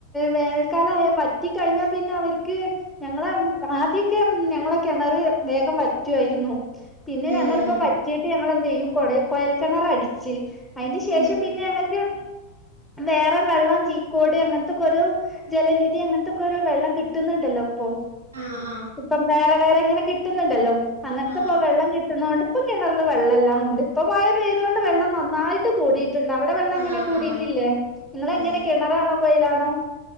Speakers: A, in the centre; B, on the right (about 75°).
A: വേനൽക്കാലം ആയാ വറ്റി കഴിഞ്ഞാൽ പിന്നെ അവർക്ക് ഞങ്ങളെ ആദ്യക്കെ ഞങ്ങള കിണറ് വേഗം വറ്റുമായിരുന്നു പിന്നെ
B: ഉം
A: ഞങ്ങളിപ്പം
B: ഉം
A: വറ്റിട്ട് ഞങ്ങ കുറെ കൊയൽ കിണർ അടിച്ച് അതിന് ശേഷം
B: ഉം
A: പിന്നെ
B: ഉം
A: നമ്മക്ക് വേറെ വെള്ളം ചീക്കോട് അങ്ങനത്തക്കെ ഒരു ജലനിധി അങ്ങനത്തൊക്കെഒരുവെള്ളം കിട്ടുന്നുണ്ടല്ലോ ഇപ്പൊ
B: ആഹ് ആഹ്
A: ഇപ്പം വേറെ വേറെ എങ്ങനെ കിട്ടുന്നുണ്ടല്ലോ അങ്ങനത്തെ
B: ആഹ്
A: വെള്ളം കിട്ടുന്നോണ്ട് ഇപ്പം കിണറിൽവെള്ളം എല്ലാം ഉണ്ട് ഇപ്പോമഴ പെയ്തതു കൊണ്ട് വെള്ളം നന്നായിട്ട് കൂടിയിട്ട് ണ്ട് അവിടെ വെള്ളം അങ്ങനെ
B: ആഹ്
A: കൂടിയിട്ടില്ലേ
B: ആഹ്
A: നിങ്ങ
B: ഉം
A: എങ്ങനെ കിണറാണോ കൊയ ആണോ